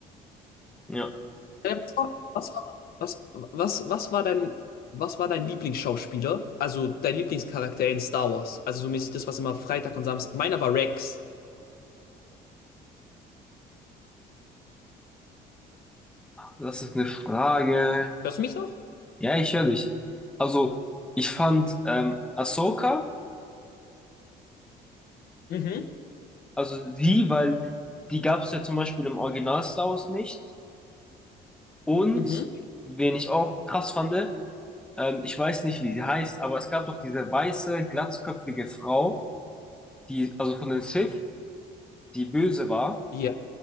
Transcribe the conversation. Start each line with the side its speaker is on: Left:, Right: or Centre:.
Centre: Ja,
Left: äh, was war, was war, was, was, was war dein, was war dein Lieblingsschauspieler? Also dein Lieblingscharakter in Star Wars? Also so mäßig das, was immer Freitag und Samstag. Meiner war Rex.
Centre: das ist eine Frage.
Left: Hörst du mich noch?
Centre: Ja, ich höre dich. Also ich fand ähm, Ahsoka,
Left: Mhm,
Centre: also sie weil die gab es ja zum Beispiel im Original Star Wars nicht. Und
Left: mhm.
Centre: wen ich auch krass fand, ähm, ich weiß nicht, wie sie heißt, aber es gab doch diese weiße, glatzköpfige Frau, die, also von den Sith, die böse war.
Left: Ja.